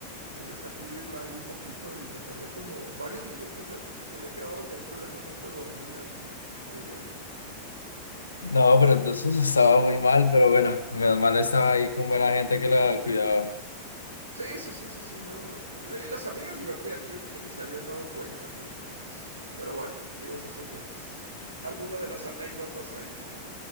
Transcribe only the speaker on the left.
no, pero entonces estaba muy mal, pero bueno, menos mal estaba ahí con buena gente que la cuidaba.